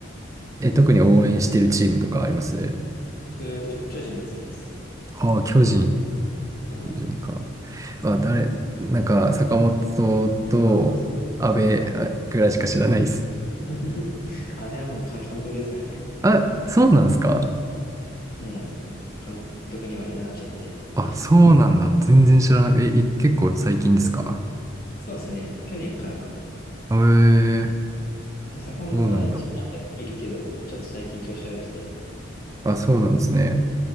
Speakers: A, on the right; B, on the left.
A: え、特に応援してるチームとかあります
B: 僕、巨、巨人が好きです。
A: ああー、巨人。
B: うん。
A: 巨人か。あ、誰、なんか、坂本と阿部あぐらいしか知らないです。
B: あ、そうそう。うん。<laughs> あれはもうか監督ですからね。
A: あ、そうなんですか
B: もう、監督にまでなっちゃって。
A: あ、そうなんだ。
B: <laughs>
A: 全然知らない。え、い結構最近ですか
B: そうですね。去年からかな。
A: えー、
B: まあ、坂本は一応まだいるけど、
A: そうなんだ。
B: ちょっと最近調子悪くて、
A: あ、そうなんですね。